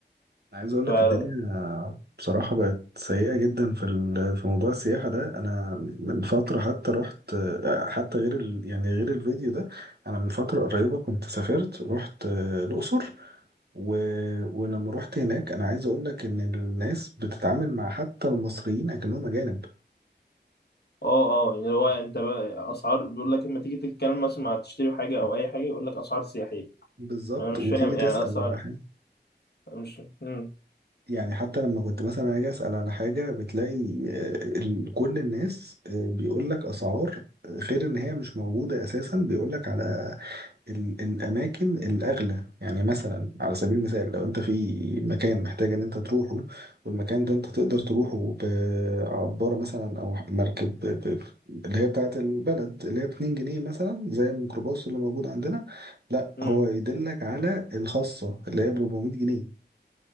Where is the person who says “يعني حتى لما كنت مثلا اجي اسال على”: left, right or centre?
Right